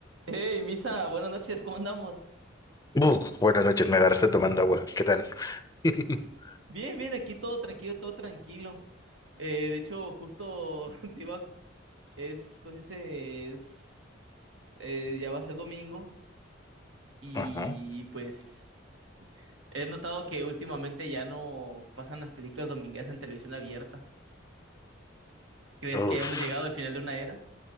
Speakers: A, on the right; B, on the left.
A: Hey, Misa, buenas noches, ¿cómo andamos?
B: Buf, buenas noches, me agarraste tomando agua. ¿Qué tal? <laughs>
A: Bien, bien, aquí todo tranquilo, todo tranquilo. Eh, de hecho, justo <laughs> te iba, es, ¿cómo se dice? Es, eh, ya va a ser domingo y
B: Ajá.
A: pues he notado que últimamente ya no pasan las películas domingueras en televisión abierta. ¿Crees
B: Uf.
A: que hayamos llegado al final de una era?